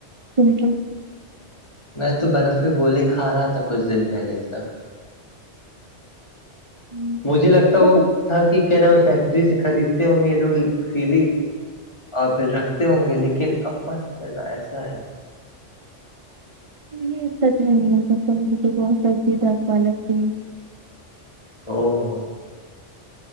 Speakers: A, on the right; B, on the left.
A: تو م
B: میں تو برف کی گولی کھا رہا تھا کچھ دن پہلے تک
A: ہوں،
B: مجھے لگتا
A: مطلب
B: وہ تھا کہ کیا ن میں فیکٹری سے خریدتے ہوں یہ لوگ سی لی آپھر رکھتے ہوں گے لیکن اب پتہ چلا ایسا ہے
A: یہ سچ ہی نہیں ہو سکتا مے بہت سف دس لگتی ہے
B: ہو ہاں